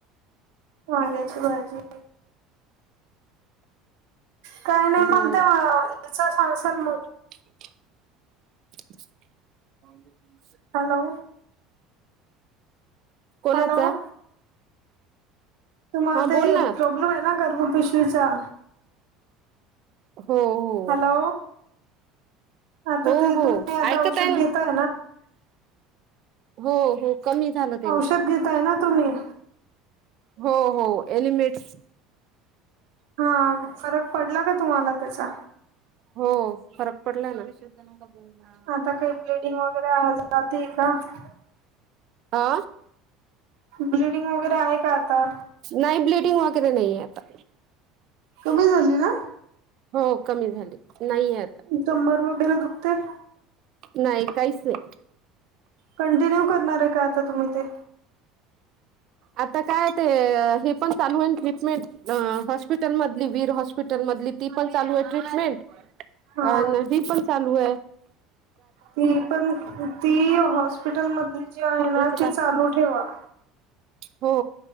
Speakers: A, on the right; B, on the right.
A: वांग्याची भाजी. काय
B: हो
A: नाय मनतं ते याच सांगसाल मग.
B: <unintelligible>
A: हॅलो.
B: कोणाचा?
A: हॅलो तुम्हाला
B: हा
A: ते
B: बोल ना
A: प्रॉब्लेम आय ना गर्भ पिशवीचा?
B: हो हो.
A: हॅलो. आता
B: हो
A: ते
B: हो
A: तुम्ही आता
B: ऐकत
A: औषध
B: आय ना
A: घेताय
B: हो हो कमी झालं त्यानी
A: औषध घेताय ना तुम्ही?
B: हो हो एलिमेंट्स
A: हा फरक पडला का तुम्हाला त्याचा?
B: हो फरक पडलाय ना. <inaudible> बोल ना.
A: आता काय ब्लडिंग वगैरे आज जातिया का?
B: आ?
A: ब्लडिंग वगैरे आहे का आता?
B: नाय ब्लीडिंग वैगेरे नाई आता.
A: कमी झाली ना?
B: हो कमी झाली नाईये आ
A: कंबर वगैरे दुखते?
B: नाही काहीच नाय.
A: कंटिन्यू करणार आय का आता तुम्ही ते?
B: आता काय ते हे पण चालू आय ना ट्रीटमेंट. अ हॉस्पिटल मधली वीर हॉस्पिटल मधली ती पण चालू आय ट्रीटमेंट.
A: हा
B: अन् ही पण चालू आय.
A: ती पण ती हॉस्पिटल मधली जी आहे
B: त्याच
A: ना ती
B: आता
A: चालू ठेवा.
B: हो.